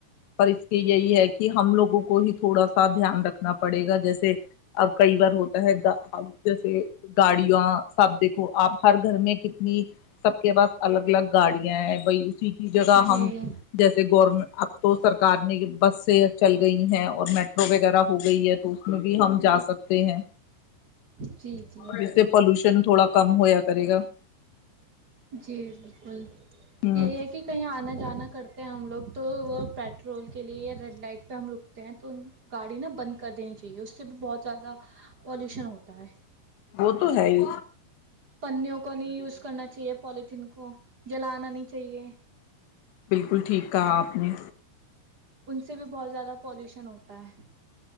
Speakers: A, on the left; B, on the right.
A: پر اس کی یہی ہے کہ ہم لوگوں کو <inaudible> کوئی تھوڑا <inaudible> دھیان رکھنا <inaudible> پڑے گا جیسے اب کئی بار ہوتا ہے جیسے گاڑیاں سب دیکھو آپ <inaudible> ہر گھر میں کتنی <inaudible> سب کے پاس الگ الگ گاڑیاں ہیں وہی اسی کی جگہ
B: جی
A: ہم جیسے گورم اب تو سرکار نے <unintelligible> بس سے چل گئی ہیں اور میٹرو وغیرہ ہو گئی ہے <unintelligible> تو اس میں بھی ہم جا سکتے ہیں
B: جی جی
A: <inaudible> جس سے پولوشن تھوڑا <unintelligible> کم ہویا کرے گا <inaudible>
B: جی بالکل
A: ہ
B: یہی ہے کہ کہیں آنا جانا کرتا ہم لوگ تو وہ پیٹرول کے لیے ریڈ لائٹ پہ ہم رکتے ہیں تو گاڑی نا بند کر دینی چاہیے اس سے بھی بہت زیادہ پالوشن ہوتا ہے
A: وہ تو ہے ہی
B: پوں کو نہیں یوز کرنا چاہیے پالتھین کو جلانا نہیں چاہیے
A: بالکل ٹھیک کہا آپ نے
B: ان سے بھی بہت زیادہ پالیوشن ہوتا ہے